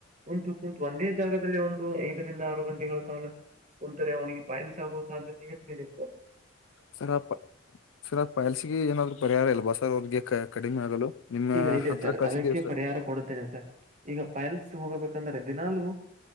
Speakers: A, on the right (about 35°); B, on the left (about 70°).
A: ಕುಂಂತು ಕುು ಒಂದೇ ಜಾಗದಲ್ಲಿ ಒಂದು ಐದರಿಂದ ಆರು ಗಂಟೆಗಳ ಕಾಲ ಕುಂತರೆ ಅವನಿಗೆ ಪಾಯಲ್ಸಾಗುವ ಸಾಧ್ಯತೆೆಯತ್ತು
B: ಸರ್ ಆ ಸರ್ ಆ ಪೈಲ್ಸಿಗೆ ಏನಾದ್ರು ಪರಿಹಾರ ಇಲ್ವಾ ಸರ್ ಅವ್ರಿಗೆ ಕಡಿಮೆ ಆಗಲು ನಿಮ್ಮ
A: ಈಗ ಇದೆ
B: ಹತ್ರ
A: ಸರ್
B: ಕಳ್ಸಿದೀವಿ
A: ಅದಕ್ಕೆ
B: ಸರ್
A: ಪರಿಹಾರ ಕೊಡುತ್ತೇನೆ ಸರ್ ಈಗ ಪೈಲ್ಸ್ ಹೋಗಬೇಕಂದ್ರೆ ದಿನಾಲು